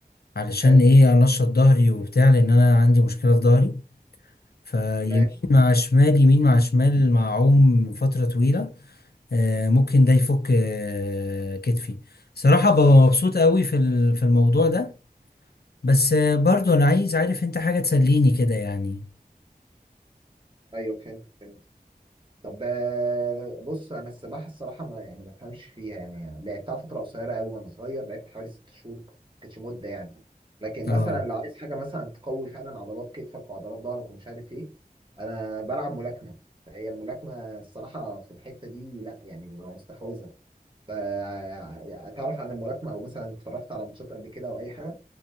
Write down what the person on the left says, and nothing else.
علشان
ايه انشط ظهري وبتاع لان انا عندي مشكله في ظهري فيمين
مع شمال يمين مع شمال مع عوم فتره طويله آه، ممكن ده يفك آه، كتفي صراحة ببقى مبسوط قوي في ال- في الموضوع ده بس آه، برضو انا عايز عارف انت حاجة تسليني كده يعني
اه